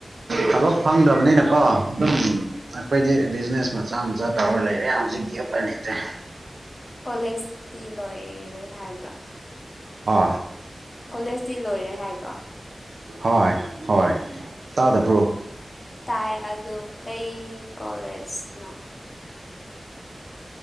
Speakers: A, on the right; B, on the left.
A: ꯊꯕꯛ ꯐꯪꯗꯕꯅꯤꯅꯀꯣ ꯑꯗꯨꯝ ꯑꯩꯈꯣꯏꯗꯤ ꯕꯤꯖꯤꯅꯦꯁ ꯃꯆꯥ ꯃꯆꯥ ꯇꯧꯔ ꯂꯩꯔꯦ ꯍꯧꯖꯤꯛ ꯒꯦ ꯐꯅꯩꯦ <unintelligible>
B: ꯀꯣꯂꯦꯖꯇꯤ ꯂꯣꯏꯔꯦ ꯍꯥꯏꯕ꯭ꯔꯥ
A: ꯑ
B: ꯀꯣꯂꯦꯖꯇꯤ ꯂꯣꯏꯔꯦ ꯍꯥꯏꯕ
A: ꯍꯣꯏ ꯍꯣꯏ ꯇꯥꯗꯕ꯭ꯔꯣ
B: ꯇꯥꯏ ꯑꯗꯨ ꯀꯩ ꯀꯣꯂꯦꯖꯅꯣ